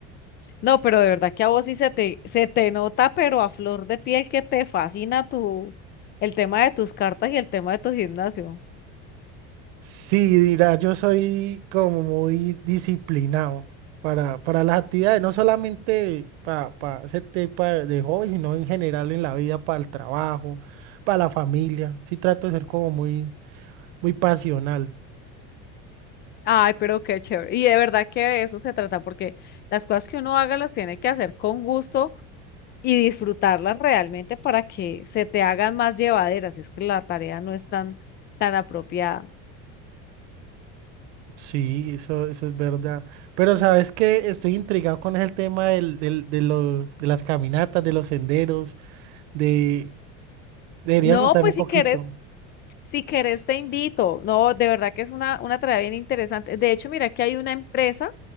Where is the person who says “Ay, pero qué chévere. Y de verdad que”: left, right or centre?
Left